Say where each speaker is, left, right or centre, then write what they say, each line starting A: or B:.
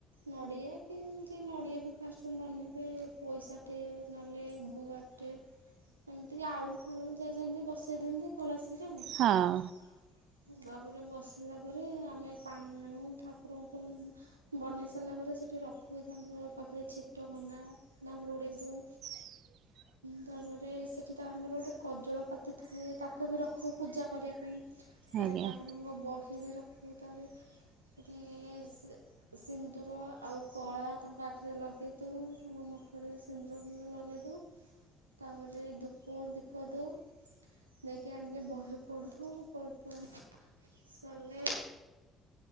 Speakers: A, on the right; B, on the right.
A: ନଡ଼ିଆ କି ଯିଏ ନଡ଼ିଆ ବି ଫାଷ୍ଟ ନନେବେ ପଇସାଟେ ନହେଲେ ଗୁଆ ଟେ ଏମିତି ଯାହା ହେଲେ ଫଳ ଯିଏ ଯେମିତି ବସେଇ ଦିଅନ୍ତି କଳସିରେ ଆଉ।
B: ହଁ।
A: ତାପରେ ବସେଇଲା ପରେ ବସିଲା ପରେ ଆମେ ପାଣି ଆଣୁ ଠାକୁରଙ୍କୁ ବନେଇ ସାରିଲା ପରେ ସେଇଠି ରଖୁ ତାଙ୍କ ପାଖରେ ଛିଟ କନା ତାଙ୍କୁ ଘୋଡ଼ାଇ ଦୋଉ
B: ହଁ <inaudible>
A: ହଁ ତାପରେ ସେଠି ତାଙ୍କର ଗୋଟେ କଜଳପାତି ଥାଏ ତାକୁ ବି ରଖୁ ପୂଜା କରିବା ପାଇଁ ତାରେ
B: ଆଜ୍ଞା
A: ଠାକୁରଙ୍କ ବହି ବି ରଖୁ ତାରେ ସେଠି ସେ ସିନ୍ଦୁର ଆଉ କଳା ତାଙ୍କ ଆଖିରେ ଲଗେଇଦେଉ ତାଙ୍କ ମଥା ରେ ସିନ୍ଦୁର ଫିନ୍ଦୁର ଲଗେଇଦୋଉ ତାପରେ ଧୂପ ଦୀପ ଦୋଉ ଦେଇକି ଆଣିକି ବହି ପଢ଼ି। ଢୁ ବହି ଫଢା ସରିଲେ